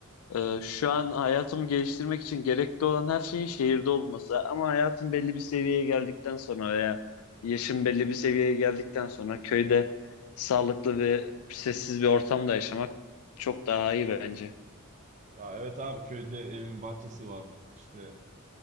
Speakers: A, on the left; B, on the right.
A: e, şu an hayatımı geliştirmek için gerekli olan her şeyin şehirde olması. Ama hayatım belli bir seviyeye geldikten sonra veya yaşım belli bir seviyeye geldikten sonra köyde sağlıklı ve sessiz bir ortamda yaşamak çok daha iyi bence.
B: Ya evet abi köyde evin bahçesi var. İşte